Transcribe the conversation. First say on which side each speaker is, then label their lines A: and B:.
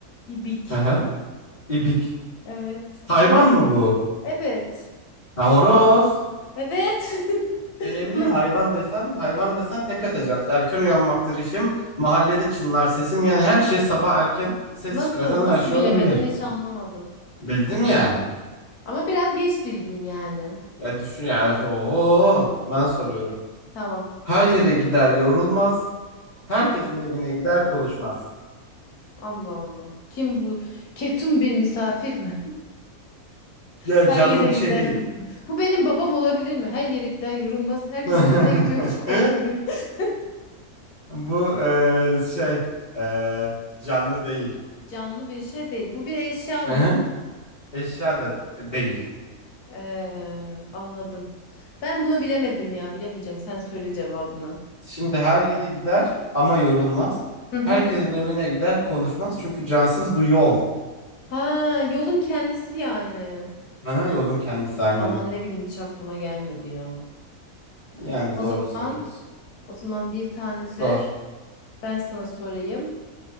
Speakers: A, on the left; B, on the left.
A: İbik.
B: Hı hı. İbik.
A: Evet.
B: Hayvan mı bu?
A: <laughs> Evet.
B: Ha, horoz.
A: Evet. <laughs>
B: Ya ne bileyim
A: Na-
B: hayvan desen hayvan desen tek atacağız. Erken uyanmaktır işim. Mahallede çınlar sesim. Yani her şey sabah erken ses
A: Nasıl
B: çıkartan
A: nasıl
B: her şey
A: bilemeden
B: olabilir.
A: hiç anlamadım.
B: Bildim ya.
A: Ama biraz geç bildin yani.
B: Ya düşün ya. öf, Oho. Ben soruyorum.
A: Tamam.
B: Her yere gider yorulmaz. Herkesin evine gider konuşmaz.
A: Allah Allah. Kim bu? Ketum bir misafir mi?
B: Ya
A: Her
B: canlı
A: yere
B: bir
A: gider
B: şey değil.
A: yorulmaz. Bu benim babam olabilir mi? Her yere gider yorulmaz. Herkesin
B: <laughs>
A: evine gidiyor hiç konuşmuyor. <laughs>
B: Bu eee, şey eee, canlı değil.
A: Canlı bir şey değil. Bu bir eşya
B: Aha.
A: mı?
B: Eşya da değil.
A: Ee, anladım. Ben bunu bilemedim ya. Bilemeyeceğim. Sen söyle cevabını.
B: Şimdi her yere gider ama yorulmaz.
A: Hı hı.
B: Herkesin evine gider konuşmaz. Çünkü cansız bu yol.
A: Ha, yolun kendisi yani.
B: Aha, yolun kendisi aynen.
A: Aman ne bileyim hiç aklıma gelmedi ya.
B: Yani
A: O
B: doğru
A: zaman,
B: söylüyorsun.
A: o zaman bir tane
B: Sor.
A: de ben sana sorayım.